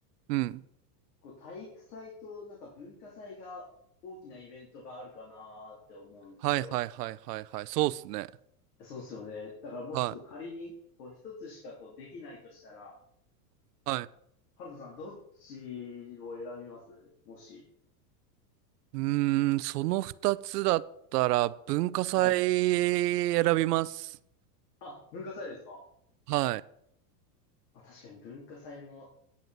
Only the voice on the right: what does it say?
うん。
はいはいはいはいはい。そうっすね。
はい。はい。
うーん、その二つだったら文化祭
選びます。
はい。